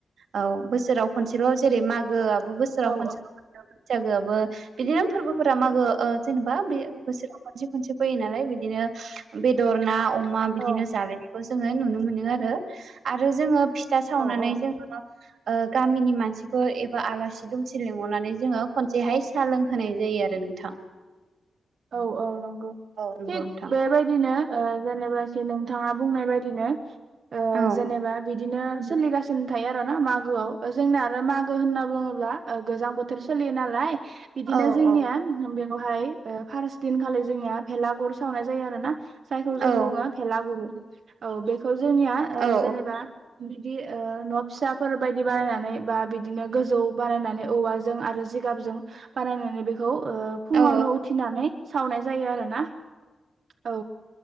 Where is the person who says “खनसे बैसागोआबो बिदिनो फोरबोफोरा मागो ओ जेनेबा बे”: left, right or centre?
Right